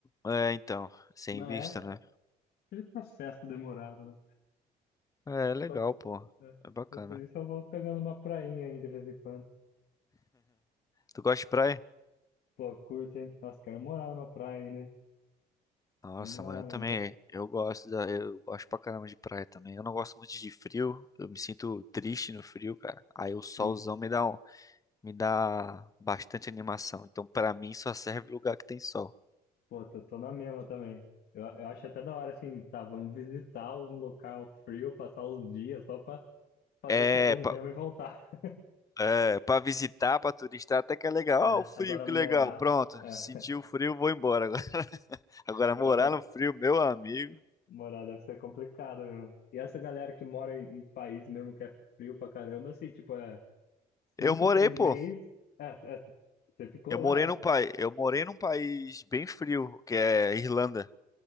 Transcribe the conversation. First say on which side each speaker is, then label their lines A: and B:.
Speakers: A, on the left; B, on the left.
A: É, então. Sem
B: Não
A: visto,
B: é
A: né?
B: aquele processo demorado, né?
A: É, legal,
B: Enquanto,
A: pô.
B: é,
A: É bacana.
B: enquanto isso, eu vou pegando uma prainha aí de vez em quando.
A: Tu gosta de praia?
B: Pô, curto, hein? Nossa, quero morar numa praia ainda.
A: Nossa,
B: É Memorável,
A: mano, eu também.
B: nossa.
A: Eu gosto da, eu gosto pra caramba de praia também. Eu não gosto muito de frio. Eu me sinto triste no frio, cara. Aí o solzão
B: Sim.
A: me dá um, me dá bastante animação. Então, pra mim, só serve lugar que tem sol.
B: Pô, tô, tô na mesma também. Eu, eu acho até da hora, assim, tá, vamos visitar um local frio, passar uns dias só pra, pra
A: É,
B: ver que é ruim
A: pra,
B: mesmo e voltar. <laughs>
A: é, pra visitar, pra turistar, até que é legal.
B: É,
A: Ó, o frio,
B: agora
A: que
B: morar,
A: legal. Pronto,
B: é,
A: senti o frio, vou embora. Agora, <laughs> agora,
B: agora
A: morar
B: pra
A: no frio, meu amigo.
B: morar deve ser complicado mesmo. E essa galera que mora em, em país mesmo que é frio pra caramba, assim, tipo, é
A: Eu
B: cinco,
A: morei,
B: seis
A: pô.
B: meses, é, é, você ficou
A: Eu
B: lá,
A: morei
B: é.
A: num país, eu morei num país bem frio, que é Irlanda.